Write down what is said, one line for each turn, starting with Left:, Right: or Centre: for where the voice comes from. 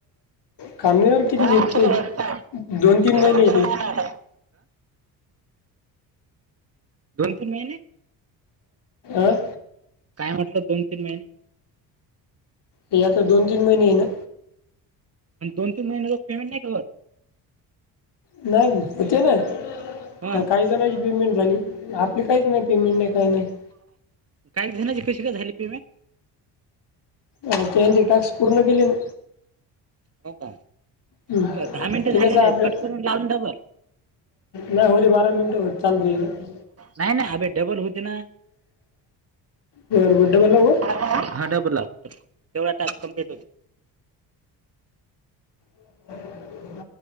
Right: <inaudible>
Left: कानूवर किती घेते दोन तीन महिने येते
Right: दोन तीन महिने
Left: आह
Right: काय म्हटलं दोन तीन महिने
Left: हे आता दोन तीन महिने ये ना
Right: आणि दोन तीन महिने पेमंट नाही के करत
Left: नाही होते ना
Right: हा
Left: काही जणची पेमेंट झाली आपली काहीच नाही पेमेंट नाही का नाही आहे
Right: काय झाले कशी झाली पेमेटं
Left: अ ते टाक्स पूर्ण केली ना
Right: हो का
Left: हं.
Right: दहा मिनटे
Left: ते कसं
Right: झालेले
Left: आपलं
Right: कट करून लावून बघा
Left: नाही होते बारा मिनटं होत चालतं
Right: नाही नाही अभे डबल होते ना
Left: होर बुडा मला हो
Right: हा डबला हाय तेवढा टा कमप्लीट होते
Left: <inaudible>